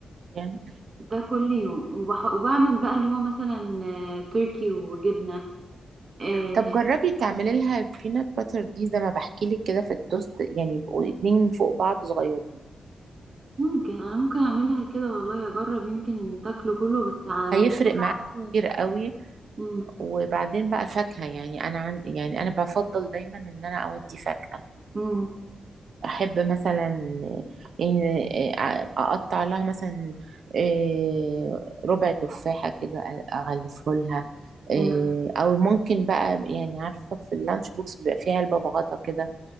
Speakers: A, on the right; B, on the right.
A: يعني
B: ده كل يوم وبح- وبعمل بقى اللي هو مثلا آه، تركي وجبنة آه،
A: طب جربي تعملي لها بينات باتر دي زي ما بحكي لك كده في التوست يعني يبقوا اتنين فوق بعض صغيرين
B: ممكن انا ممكن اعملها كده والله اجرب يمكن ان تاكله كله بس على ما
A: هيفرق
B: بترجع
A: معاك
B: بقى
A: كتير قوي
B: امم
A: وبعدين بقى فاكهة يعني أنا عن يعني أنا بفضل دايما إن أنا أودي فاكهة
B: امم
A: أحب مثلا إن أقطع لها مثلا إيه، ربع تفاحة كده أغلفه لها إيه،
B: أمم.
A: أو ممكن بقى يعني عارفة في اللانش بوكس بيبقى فيها علبة بغطا كده